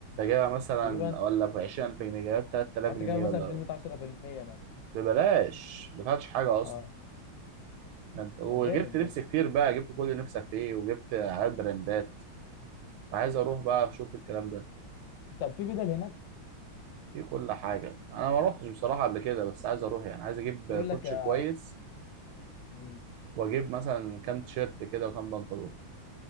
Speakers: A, on the right (about 80°); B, on the left (about 70°).
A: جايبها مثلا
B: تجيبها انت
A: ولا ب 20000 جنيه جايبها ب 3000
B: يعني انت
A: جنيه
B: كده مثلا
A: ولا
B: بنسبه 10% مثلا
A: ببلاش ما دفعتش حاجه اصلا
B: اه
A: ده انت وجبت
B: ما جامد
A: لبس
B: ده
A: كتير بقى جبت كل اللي نفسك فيه وجبت حاجات براندات فعايز اروح بقى اشوف الكلام ده
B: طب في بدل هناك
A: في كل حاجه انا ما روحتش بصراحه قبل كده بس عايز اروح يعني عايز اجيب
B: بس يقول
A: كوتش
B: لك آه،
A: كويس
B: مم.
A: واجيب مثلا كام تيشيرت كده وكام بنطلون